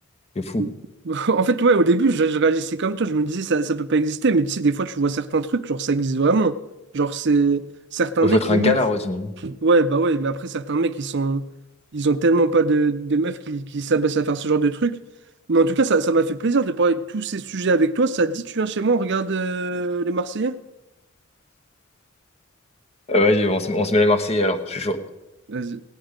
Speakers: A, on the left; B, on the right.
A: C'est fou.
B: <laughs> En fait, ouais, au début, je, je réagissais comme toi, je me disais ça, ça peut pas exister, mais tu sais, des fois, tu vois certains trucs, genre ça existe vraiment. Genre, c'est certains
A: Faut
B: mecs
A: être
B: limite.
A: un canard aussi. Euh,
B: Ouais, bah ouais, mais après, certains mecs, ils sont, ils ont tellement pas de, de meufs qui, qui s'abaissent à faire ce genre de truc Mais en tout cas, ça, ça m'a fait plaisir de parler de tous ces sujets avec toi. Ça te dit, tu viens chez moi, on regarde euh, les Marseillais?
A: vas-y, on se, on se met les Marseillais alors, je suis chaud.
B: Vas-y.